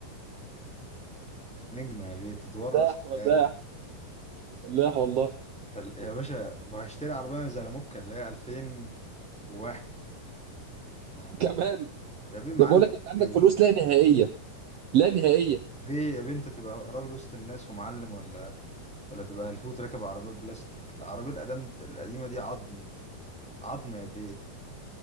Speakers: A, in the centre; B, on the right.
A: نجمة يا بيه تتورث
B: فلاح ولاح
A: تالي
B: فلاح والله
A: فال- يا باشا هشتري عربية زي لاموكا اللي هي 2001
B: <laughs>
A: يعني
B: كمان
A: يا بيه معلم
B: ده بقول لك انت عندك
A: بيه
B: فلوس لا نهائيه لا نهائيه
A: بيه يا بيه انت تبقى راجل وسط الناس ومعلم ولا ولا تبقى هلفوت راكب عربية بلاستيك العربية القدام القديمة دي عظم عظم يا بيه